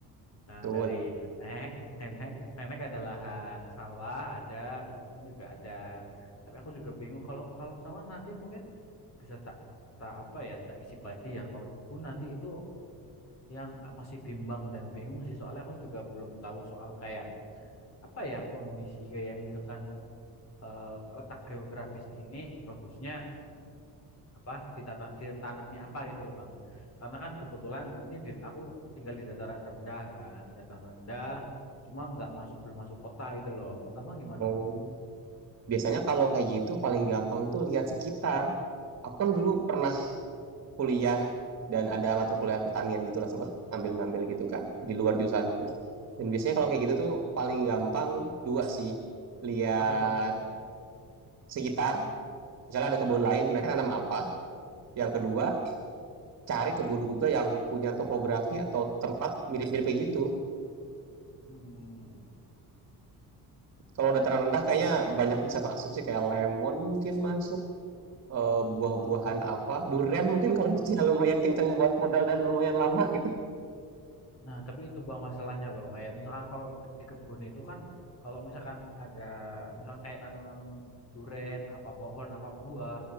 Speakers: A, on the left (about 40°); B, on the right (about 40°).
A: nah
B: betul.
A: dari nenek <laughs> nenek nenek ada lahan sawah ada kebun juga ada tapi aku juga bingung kalau kalau sawah nanti mungkin bisa tak tak apa ya tak isi padi ya kalau kebun nanti itu yang ah, masih bimbang dan bingung sih soalnya aku juga belum tahu soal kayak apa ya kondisi kayak misalkan eh, letak geografis ini bagusnya apa ditata, ditanami apa gitu loh Bang. Karena kan kebetulan ini di- aku tinggal di dataran rendah kan, dataran rendah cuma nggak masuk belum masuk kota gitu loh. Abang gimana
B: Mau
A: Bang?
B: biasanya kalau kayak gitu paling gampang tuh lihat sekitar. Aku kan dulu pernah kuliah dan ada mata kuliah pertanian gitu lah sempat ngambil ngambil gitu kan di luar jurusanku. Dan biasanya kalau kayak gitu tuh paling gampang dua sih lihat
A: Apa tuh Bang?
B: sekitar, misalnya ada kebun
A: Ah, ah.
B: lain, mereka tanam apa. Yang kedua, cari kebun juga yang punya topografi atau tempat mirip-mirip kayak gitu.
A: Hmm.
B: Kalau dataran rendah kayaknya banyak bisa masuk sih, kayak lemon mungkin masuk, eh, buah-buahan
A: Oh.
B: apa, durian mungkin kalau <laughs> lucunya lumayan kenceng buat modal dan lumayan lama gitu.
A: Nah, tapi itu bang masalahnya loh. Kayak misalkan kalau di kebun itu kan, kalau misalkan ada, misalkan kayak nanam-nanam duren, apa pohon, apa buah,